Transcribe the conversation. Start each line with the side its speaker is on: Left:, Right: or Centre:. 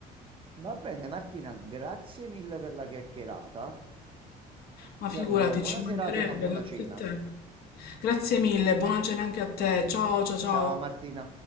Right: Va bene, Martina, grazie mille per la chiacchierata.
Left: Ma
Right: Ti
Left: figurati,
Right: auguro una buona
Left: ci
Right: serata
Left: mancherebbe,
Right: e una buona
Left: grazie
Right: cena.
Left: a te. Grazie mille, buona cena anche a te. Ciao, ciao, ciao.
Right: Ciao Martina.